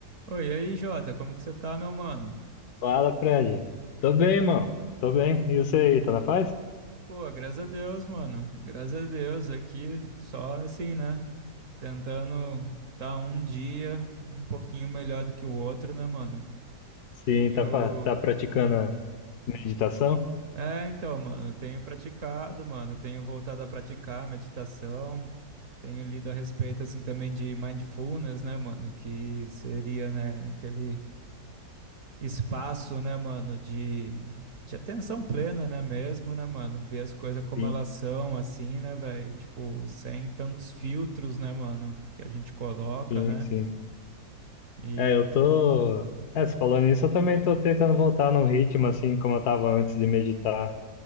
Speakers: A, on the right (about 55°); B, on the left (about 70°).
A: Oi, e aí, Jota, como que você tá, meu mano?
B: Fala, Fred. Tô bem, mano. Tô bem. E você aí, tá na paz?
A: Pô, graças a Deus, mano. Graças a Deus, aqui só assim, né? Tentando tá um dia um pouquinho melhor do que o outro, né, mano?
B: Sim,
A: Tenho.
B: tá, fa- tá praticando a meditação?
A: É, então, mano, tenho praticado, mano, tenho voltado a praticar meditação, tenho lido a respeito, assim, também de mindfulness, né, mano? Que seria, né, aquele espaço, né, mano, de, de atenção plena, né, mesmo, né, mano, ver as coisas como
B: Sim,
A: elas são, assim, né, velho, tipo, sem tantos filtros, né, mano, que a gente coloca,
B: sim,
A: né,
B: sim.
A: e,
B: É, eu tô. É, se falando nisso, eu também tô tentando voltar num ritmo assim como eu tava antes de meditar.